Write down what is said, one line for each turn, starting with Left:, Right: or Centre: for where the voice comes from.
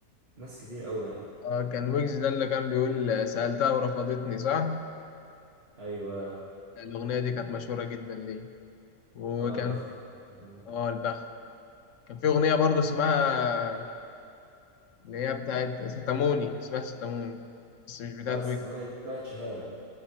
Right: ناس كتير قوي يعني
Left: اه كان ويجز ده اللي كان بيقول سألتها ورفضتني صح
Right: ايوه
Left: الأغنية دي كانت مشهورة جدا ليه وكان
Right: اه البخت كانت-
Left: في اه البخت كان في أغنية برضه اسمها اللي هي بتاعت ستاموني اسمها ستاموني بس مش بتاعت
Right: لا ستمانية
Left: ويك
Right: دي بتاعت شهاب